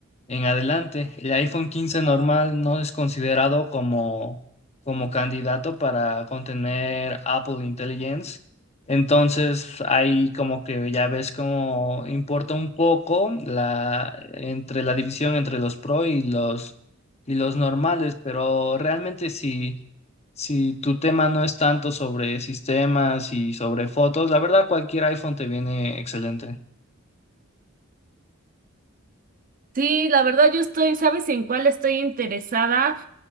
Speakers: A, on the left; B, on the right.
A: en adelante. El iPhone 15 normal no es considerado como, como candidato para contener Apple Intelligence. Entonces, ahí como que ya ves cómo importa un poco la, entre la división entre los Pro y los, y los normales, pero realmente sí. Si tu tema no es tanto sobre sistemas y sobre fotos, la verdad cualquier iPhone te viene excelente.
B: Sí, la verdad yo estoy, ¿sabes en cuál estoy interesada?